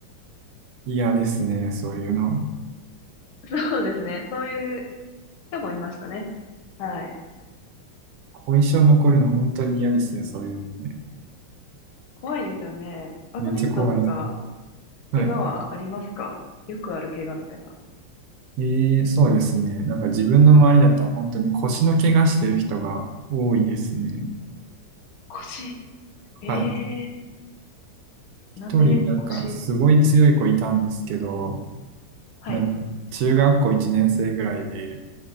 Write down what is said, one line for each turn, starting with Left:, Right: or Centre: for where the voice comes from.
Right: 嫌ですね、そういうの。
Left: そうですね。そういう人もいましたね。はい。
Right: 後遺症残るの本当に嫌ですね、そういうのね。
Left: 怖いですよね。バドミントンとか、
Right: めっちゃ怖い。はい。
Left: 怪我はありますかよくある怪我みたいな。
Right: ええ、そうですね。なんか自分の周りだったら本当に腰の怪我してる人が多いですね。
Left: 腰。え
Right: はい。
Left: えー
Right: 一人なんかすごい強い子いたんですけど、
Left: なんで腰はい。
Right: なんか中学校1年生ぐらいで、